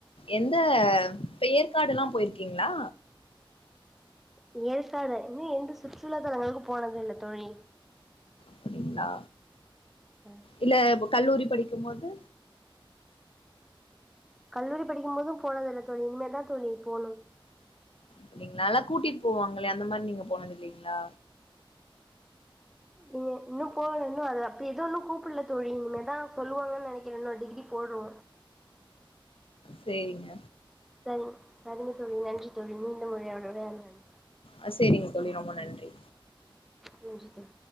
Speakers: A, on the left; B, in the centre.
A: எந்த பெயர்காடு எல்லா போய்ருக்கீங்ளா
B: பெயற்காடு ஏ என்று சுற்றுலா தலங்களுக்கு போனதே இல்ல தோழி
A: அப்டிங்ளா
B: ம்
A: இல்ல கல்லூரி படிக்கு போது
B: கல்லூரி படிக்கு போது போனது இல்ல தோழி இனிமே தா தோழி போனு
A: அப்டிங்ளா நால்லா கூட்டிட் போவாங்களே அந்த மாரி நீங்க போனது இல்லைங்ளா
B: இனிமே இன்னு போட இன்னு அது அப்ப எது ஒன்னு கூப்புட்ல தோழி இனிமே தா சொல்லு வாங்கன் நெனைக்கிற இன்னொரு டிகிரி போட்றோ
A: சேரிங்க
B: செரி சரிங்க தோழி நன்றி தோழி மீண்டு <unintelligible>
A: அ சேரிங்க தோழி ரொம்ப நன்றி
B: சேரி தோழி